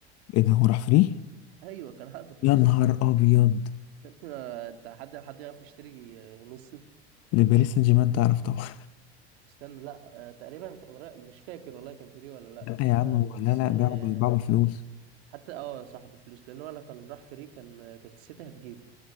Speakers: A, on the left; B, on the right.
A: ايه ده هو راح فري؟
B: ايوه كان عقده خلص
A: يا نهار ابيض
B: يا ابني انت حد حد يعرف يشتري آه، ميسي
A: لباريس سان جيرمان تعرف طبعا
B: استنى لا آه، تقريبا كان رأي مش فاكر والله كان فري ولا
A: <laughs>
B: لا
A: لا يا
B: آه،
A: عم هو
B: بس
A: لا لا باعوا
B: آه،
A: ب- باعوا بالفلوس
B: حتى اه صاحب فلوس لان هو لو كان راح فري كان آه، كانت السيتي هتجيبه